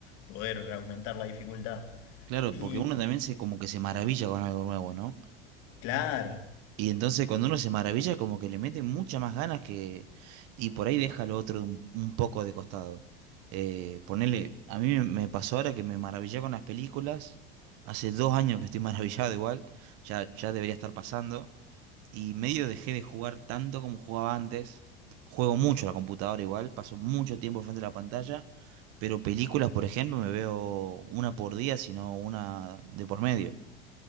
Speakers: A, on the left (about 55°); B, on the right (about 55°).
A: poder aumentar la dificultad.
B: Claro,
A: Y
B: porque uno también se como que se maravilla con algo nuevo, ¿no?
A: claro,
B: Y entonces cuando uno se maravilla, como que le mete muchas más ganas que... Y por ahí deja lo otro un, un poco de costado. Eh, ponele, a mí me me pasó ahora que me maravillé con las películas. Hace dos años que estoy <laughs> maravillado igual. Ya, ya debería estar pasando. Y medio dejé de jugar tanto como jugaba antes. Juego mucho a la computadora igual. Paso mucho tiempo frente a la pantalla. Pero películas, por ejemplo, me veo una por día, sino una de por medio.